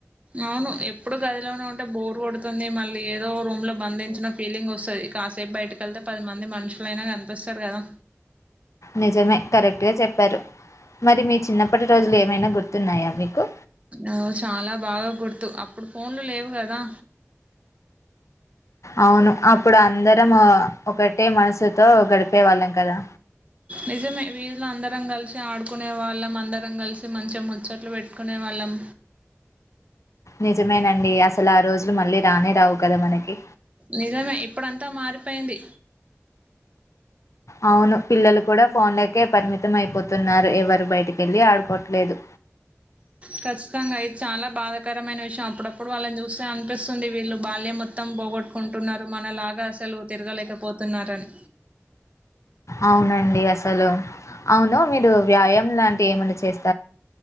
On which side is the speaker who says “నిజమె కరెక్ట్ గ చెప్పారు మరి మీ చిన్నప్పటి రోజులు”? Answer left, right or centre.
Left